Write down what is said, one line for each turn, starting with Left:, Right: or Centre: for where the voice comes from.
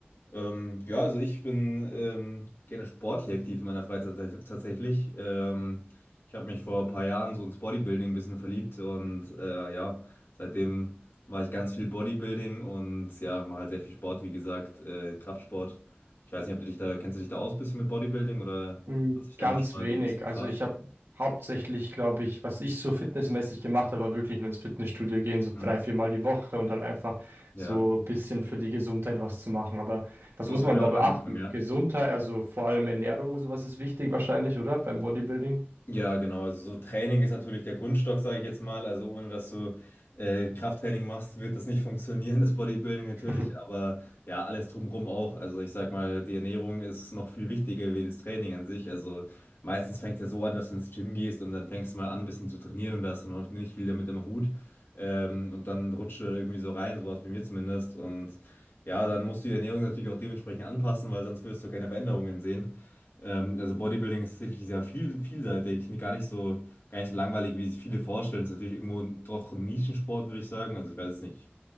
Left: Ähm, ja, also ich bin ähm, gerne sportlich aktiv in meiner Freizeit tats- tatsächlich. Ähm, ich habe mich vor ein paar Jahren so ins Bodybuilding ein bisschen verliebt und äh, ja, seitdem mache ich ganz viel Bodybuilding und ja, mache halt sehr viel Sport, wie gesagt, äh, Kraftsport. Ich weiß nicht, ob du dich da, kennst du dich da aus ein bisschen mit Bodybuilding oder
Right: Hm,
Left: hast dich damit
Right: Ganz
Left: schon mal
Right: wenig.
Left: so ein bisschen befasst?
Right: Also ich habe hauptsächlich, glaube ich, was ich so fitnessmäßig gemacht habe, war wirklich nur ins Fitnessstudio gehen, so drei,
Left: Hm?
Right: viermal die Woche und halt einfach
Left: Ja,
Right: so ein bisschen für die Gesundheit was zu machen. Aber was
Left: so
Right: muss
Left: hat es
Right: man
Left: bei mir
Right: da
Left: auch
Right: beachten?
Left: angefangen, ja.
Right: Gesundheit, also vor allem Ernährung und sowas ist wichtig wahrscheinlich, oder? Beim Bodybuilding?
Left: Ja, genau. Also so Training ist natürlich der Grundstock, sage ich jetzt mal. Also ohne dass du äh, Krafttraining machst, wird das nicht <laughs> funktionieren, das Bodybuilding natürlich.
Right: <laughs>
Left: Aber ja, alles drumherum auch. Also ich sag mal, die Ernährung ist noch viel wichtiger wie das Training an sich. Also meistens fängt ja so an, dass du ins Gym gehst und dann fängst du mal an, ein bisschen zu trainieren und da hast du noch nicht viel damit im Hut. Ähm, und dann rutscht du irgendwie so rein, sowas bei mir zumindest. Und ja, dann musst du die Ernährung natürlich auch dementsprechend anpassen, weil sonst wirst du keine Veränderungen sehen. Ähm, also Bodybuilding ist tatsächlich sehr viel, vielseitig, gar nicht so, gar nicht so langweilig, wie sich viele vorstellen. Ist natürlich irgendwo doch ein Nischensport, würde ich sagen. Also ich weiß es nicht.